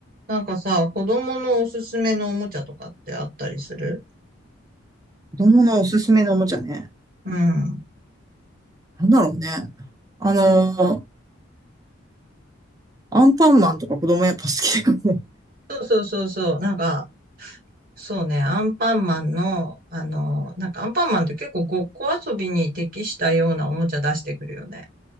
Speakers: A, on the right; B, on the right.
A: なんかさ、子供のおすすめのおもちゃとかってあったりする
B: 子供のおすすめのおもちゃね。
A: うん。
B: なんだろうね。あの、アンパンマンとか子供やっぱ好きだよね。
A: そうそうそうそう。なんか、そうね、アンパンマンの、あの、なんかアンパンマンって結構ごっこ遊びに適したようなおもちゃ出してくるよね。